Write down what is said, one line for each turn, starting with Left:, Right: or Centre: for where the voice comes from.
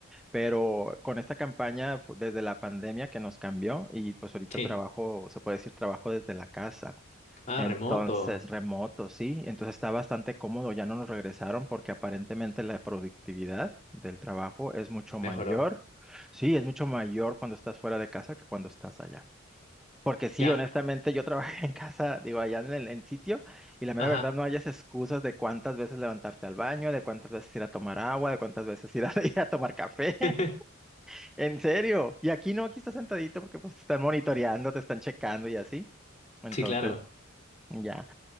Centre: pero con esta campaña fu- desde la pandemia que nos cambió y pues ahorita
Left: Sí.
Centre: trabajo, se puede decir trabajo desde la casa,
Left: Ah,
Centre: entonces
Left: remoto.
Centre: remoto, sí, entonces está bastante cómodo, ya no nos regresaron porque aparentemente la productividad del trabajo es mucho
Left: Mejoró.
Centre: mayor, sí, es mucho mayor cuando estás fuera de casa que cuando estás allá. Porque sí,
Left: Ya.
Centre: honestamente, yo trabajé en casa, digo, allá en el en sitio, y la mera
Left: Ajá.
Centre: verdad no hayas excusas de cuántas veces levantarte al baño, de cuántas veces ir a tomar agua, de cuántas veces ir a, <laughs> ir a tomar café.
Left: <laughs>
Centre: <laughs> En serio. Y aquí no, aquí estás sentadito porque pues te están monitoreando, te están checando y así. Entonces,
Left: Sí, claro.
Centre: ya.